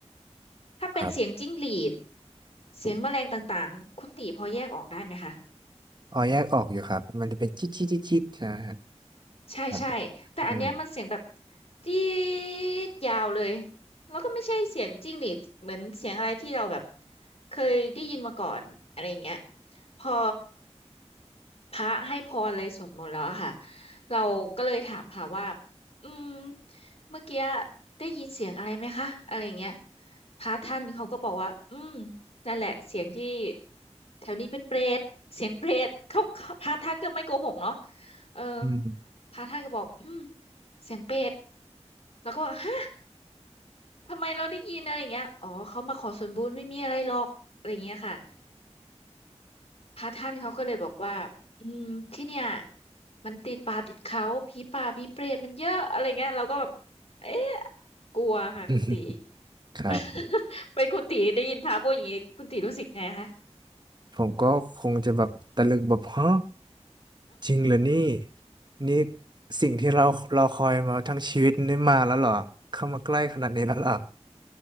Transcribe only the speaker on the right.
ครับ
อ๋อแยกออกอยู่ครับมันจะเป็นจิ๊ดจิ๊ดจิ๊ดจิ๊ดนะฮะ
ครับ
อืม
อืม
<laughs>
ครับ
ผมก็คงจะแบบตะลึงแบบฮะ จริงเหรอนี่นี่สิ่งที่เรารอคอยมาทั้งชีวิตนี่มาแล้วเหรอเข้ามาใกล้ขนาดนี้แล้วเหรอ